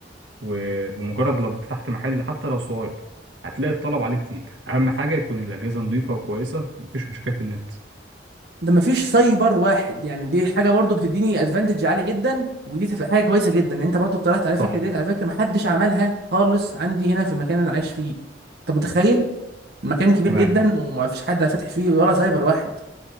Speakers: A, on the right; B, on the right.
A: وبمجرد لو فتحت محل حتى لو صغير هتلاقي الطلب عليه كتير أهم حاجة يكون الأجهزة نظيفة وكويسة مفيش مشاكل في النت
B: ده ما فيش سايبر واحد يعني دي حاجه برضو بتديني ادفانتج عالي جدا ودي هتبقى حاجه كويسه جدا انت برضو اقترحت على فكره
A: صح
B: ديت على فكره ما حدش عملها خالص عندي هنا في المكان اللي انا عايش فيه انت متخيل المكان كبير
A: تمام
B: جدا وما فيش حد فاتح فيه ولا سايبر واحد